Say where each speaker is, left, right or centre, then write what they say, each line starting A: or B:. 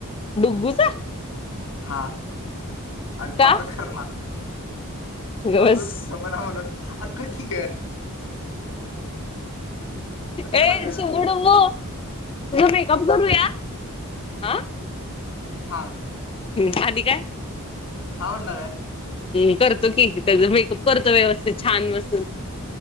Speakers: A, on the left; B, on the left.
A: डुग्गूचा
B: हा. आणि
A: का
B: पाठोकरला
A: गप बस
B: असंच घमरा म्हणून अका क का? कसलं
A: हच
B: भारी होईल
A: मोडब. तुझं म कम करूया ह.
B: हा.
A: हम्म आणि काय?
B: हा म्हणला काय?
A: ् करतो की मेकअप करतो व्यवस्थित छान बसून